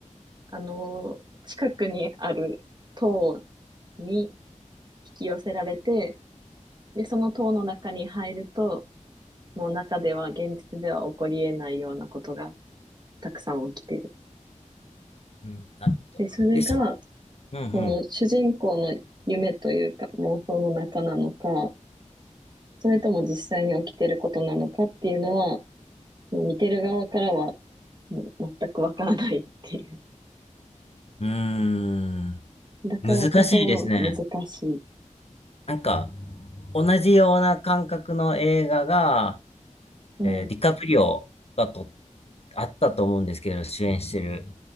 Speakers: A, on the right (about 35°); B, on the left (about 50°).
A: あの、近くにある塔に引き寄せられて、で、その塔の中に入ると、の中では現実では起こり得ないようなことがたくさん起きてる。
B: うん、なるほど。
A: で、それが、
B: で、そ、うん
A: この主人公の夢というか妄想の中なのか、それとも実際に起きてることなのかっていうのは、もう見てる側からはもう全くわからないっていう。
B: うん。う
A: だからこそ難しい。
B: ーん、難しいですね。なんか、同じような感覚の映画が、
A: うん。
B: えーディカプリオがと、あったと思うんですけど、主演してる。